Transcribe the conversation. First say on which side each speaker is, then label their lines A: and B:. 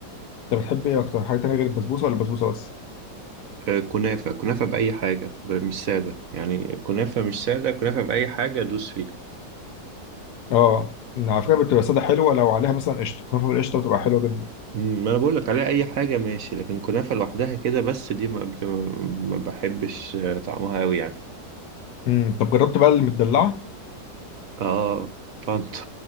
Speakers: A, on the left; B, on the right.
A: انت بتحب ايه اكتر حاجه تانية غير البسبوسه ولا البسبوسه بس
B: آه، كنافة كنافة بأي حاجة ب- مش سادة يعني كنافة مش سادة كنافة بأي حاجة دوس فيها
A: اه على فكره بتبقى ساده حلوه لو عليها مثلا قشطه كنافه بالقشطه بتبقى حلوه جدا
B: مم، ما انا بقول لك عليها اي حاجه ماشي لكن كنافه لوحدها كده بس دي ما, بت... ما بحبش آه، طعمها قوي يعني
A: امم طب جربت بقى المدلعه
B: اه طنطا